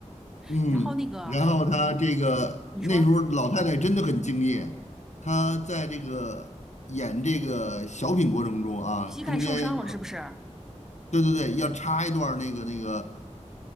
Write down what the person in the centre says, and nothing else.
<laughs>
然后那个，
嗯，你说
膝盖受伤了是不是？